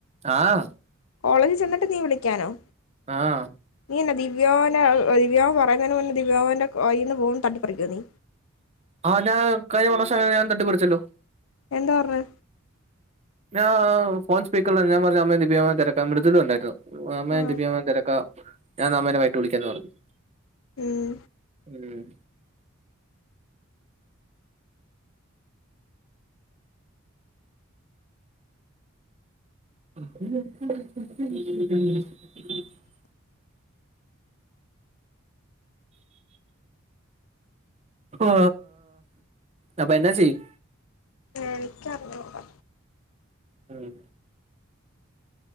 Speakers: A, on the right; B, on the left.
A: ആ
B: കോളേജ് ചെന്നിട്ട് നീ വിളിക്കാനോ
A: ആ
B: നീയെന്ന ദിവ്യോന ദിവ്യാമ് പറയുന്നെനു മുന്നേ ദിവ്യമാമ്ന്റെ കൈയീന്ന് ഫോൺ തട്ടിപ്പറിക്കോ നീ
A: ആ ഞാൻ കഴിഞ്ഞ മൂണോസം ഞാൻ തട്ടിപ്പറിച്ചല്ലോ
B: എന്താ പറഞ്ഞെ
A: ഞാ ഫോൺ സ്പീക്കറി <unintelligible> ഞാൻ പറഞ്ഞു അമ്മേ ദിവ്യാമാം തെരക്കാ മൃദ്ലൂണ്ടായിരുന്നു അമ്മേ
B: ആഹ്
A: ദിവ്യാമാം തെരക്കാ ഞാൻ അമ്മേനെ വൈട്ട് വിളിക്കാന്ന് പറഞ്ഞു
B: ഉം
A: ഉം <unintelligible> ആ അപ്പ എന്നാ ചെയ്യും
B: എനിക്കറിഞ്ഞൂടാ
A: ഉം